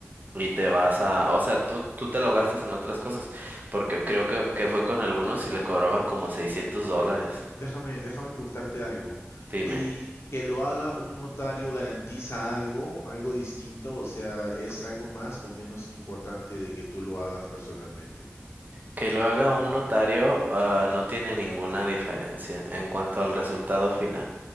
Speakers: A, on the right; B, on the left.
A: y te vas a, o sea, tú, tú te lo gastas en otras cosas. Porque creo que, que fue con algunos y le cobraban como 600 dólares.
B: Déjame, déjame preguntarte algo.
A: Dime,
B: ¿Y que lo haga un notario garantiza algo, algo distinto? O sea, ¿es algo más o menos importante de que tú lo hagas personalmente?
A: que lo haga un notario, ah, no tiene ninguna diferencia en cuanto al resultado final.